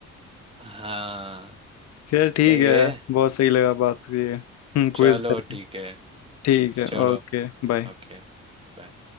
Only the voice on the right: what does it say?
हाँ
सही
है
चलो
ठीक है
यस
चलो
ओके बाय